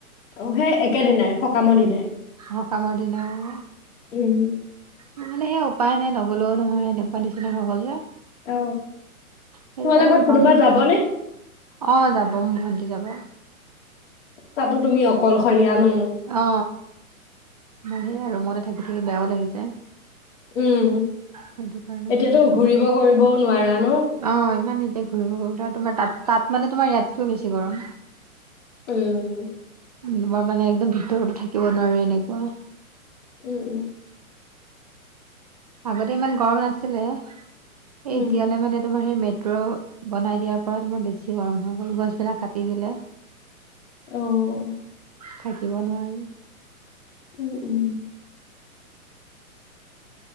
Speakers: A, on the left; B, on the right.
A: অ সেই একেদিনাই সকামৰ দিনাই।
B: সকামৰ দিনাই।
A: উম
B: মানে সেই উপায় নাই নগলেও নহয় এনেকুৱা নিচিনা হৈ গ'ল যে।
A: অ
B: সেইটো
A: তোমালোকৰ
B: কাৰণে
A: ঘৰত
B: সকামলৈ
A: কোনোবা যাবনে
B: অ যাব ভন্টি যাব
A: তাতো তুমি অকলশৰিয়ানো।
B: অ মই সে আৰু ৰুমতে থাকি বেয়াও লাগিছে।
A: উম
B: সেইটো কাৰণে
A: এতিয়াতো ঘূৰিব গৈ বৌ নোৱাৰা। ন
B: অ ইমান এতিয়া ঘূৰিব তাত তোমাৰ তাত-তাত মানে তোমাৰ ইয়াতকেও বেছি গৰম।
A: উম
B: তোমাৰ মানে একদম ভিতৰতো থাকিব নোৱাৰো এনেকুৱা
A: উম উম
B: আগতে ইমান গৰম নাছিলে। এ
A: উম
B: এতিয়ালৈ
A: উম
B: মানে তোমাৰ সেই মেত অ বনাই দিয়াৰ পৰা তোমাৰ বেছি গৰম হৈ গ'ল গছবিলাক কাটি দিলে।
A: অও
B: থাকিব নোৱাৰি।
A: উম উম